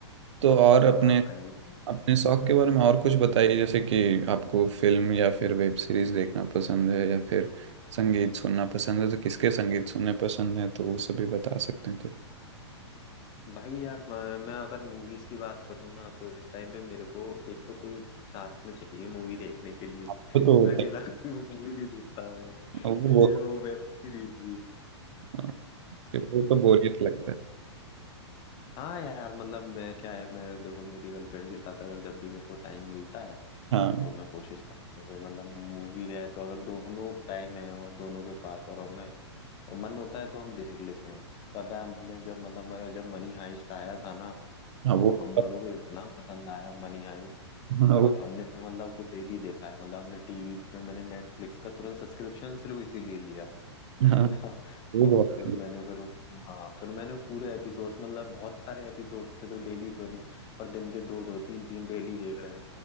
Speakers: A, on the right; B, on the left.
A: तो और अपने
B: हाँ कहीं भी
A: अपने शौक के बारे में और कुछ बताइए जैसे कि आपको फिल्म या फिर वेब सीरीज देखना पसंद है या फिर संगीत सुनना पसंद है तो किसके संगीत सुनने पसंद है तो वो सब भी बता सकते हैं तो
B: भाई यार मैं, मैं अगर मूवीज की बात करूँ ना तो इस टाइम पे मेरे को एक तो कोई साथ में चाहिए मूवी देखने के लिए
A: वो तो होता
B: मैं अकेला कोई मूवी नहीं देखता भाई
A: है वो
B: ये
A: बहुत
B: वो वेब सीरीज भी
A: हाँ, फिर वो तो बोरियत लगता है
B: हाँ यार मतलब मैं क्या है मैं देखो मेरी गर्लफ्रेंड के साथ अगर जब भी मेरे को टाइम मिलता है
A: हाँ
B: तो मैं कोशिश करूँगी मतलब मूवी है तो अगर दोनों टाइम है और दोनों के पास और हमें और मन होता है तो हम देख लेते हैं पता है हमने जब मतलब जब मनी हाइस्ट आया था ना
A: हाँ
B: वो
A: वो
B: हम दोनों
A: तो
B: को इतना पसंद आया मनी हाइस्ट
A: हाँ
B: और
A: वो
B: हमने मतलब वो डेली देखा है मतलब हमने टीवी पे मैंने नेटफ्लिक्स का तुरंत सब्सक्रिप्शन सिर्फ इसीलिए लिया <laughs> है
A: हाँ
B: ना
A: वो
B: और
A: बहुत
B: फिर मैंने फिर उस हाँ फिर मैंने पूरे एपिसोड्स मतलब बहुत सारे एपिसोड्स थे तो डेली तो नहीं पर दिन के दो दो तीन तीन डेली देख रहे हैं